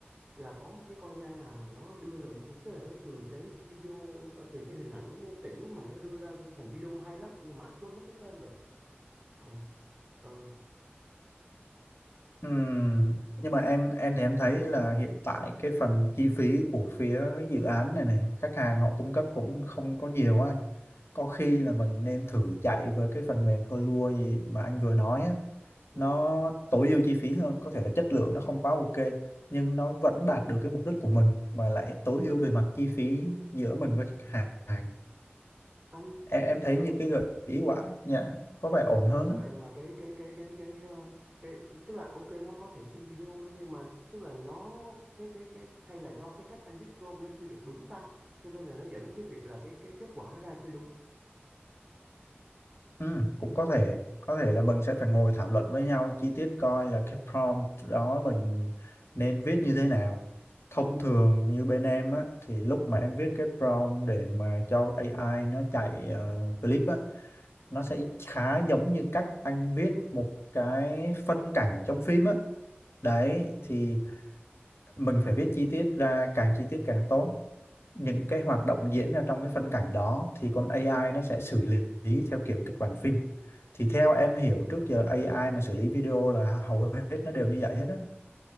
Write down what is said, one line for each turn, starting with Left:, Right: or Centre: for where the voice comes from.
Right: là có một cái con AI nào mà nó đưa nội tức là nó từ cái video ờ, từ cái hình ảnh tĩnh mà nó đưa ra thành video hay lắm nhưng mà anh quên mất cái tên rồi Ôi ơi
Left: ừm, nhưng mà em em thì em thấy là hiện tại cái phần chi phí của phía dự án này này khách hàng họ cung cấp cũng không có nhiều á anh có khi là mình nên thử chạy với cái phần mềm Helua gì mà anh vừa nói á
Right: ừ.
Left: nó tối ưu chi phí hơn có thể là chất lượng nó không quá ok nhưng nó vẫn đạt được cái mục đích của mình mà lại tối ưu về mặt chi phí giữa mình với khách hàng
Right: anh
Left: em
Right: chỉ
Left: em thấy
Right: sợ
Left: như cái gợi ý quả nhà có vẻ ổn
Right: anh chỉ
Left: hơn
Right: sợ
Left: á.
Right: rằng là cái cái cái cái cái ờ, cái tức là ok nó có thể xin video đó nhưng mà tức là nó cái cái cái hay là do cái cách anh viết prompt nó chưa được đúng ta cho nên là nó dẫn đến cái việc là cái cái kết quả nó ra chưa đúng
Left: Ừ, cũng có thể có thể là mình sẽ phải ngồi thảo luận với nhau chi tiết coi là cái prompt đó mình nên viết như thế nào. Thông
Right: ừ
Left: thường như bên em á thì lúc mà em viết cái prompt để mà cho AI nó chạy ờ, clip á nó sẽ khá giống như cách anh viết một cái phân cảnh trong phim á. Đấy
Right: ừ
Left: thì mình phải viết chi tiết ra càng chi tiết càng tốt những cái hoạt động diễn ra trong cái phân cảnh đó thì con AI
Right: ừ
Left: nó sẽ xử lý theo kiểu kịch bản phim thì theo em hiểu trước giờ AI mà xử lý video là hầu hết nó đều như vậy hết á